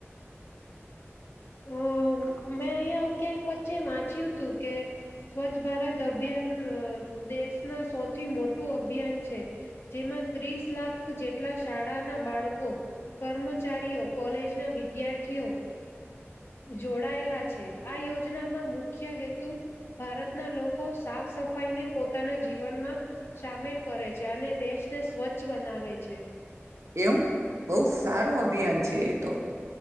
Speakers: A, on the left; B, on the right.
A: અ મેં અહીયાંયા ક્યાંક વચ્ચે વાંચ્યું હતું કે, સ્વચ્છ ભારત અભિયાન દેશના સૌથી મોટું અભિયાન છે, જેમાં ત્રીસ લાખ જેટલા શાળાના બાળકો, કર્મચારીઓ, કોલેજના વિદ્યાર્થીઓ. જોડાયેલા છે આ યોજનામાં મુખ્ય હેતુ, ભારતના લોકો સાફ સફાઈને પોતાના જીવનમાં સામેલ કરે છે, અને દેશને સ્વચ્છ બનાવે છે.
B: એવું બહુ સારું અભિયાન છે એ તો.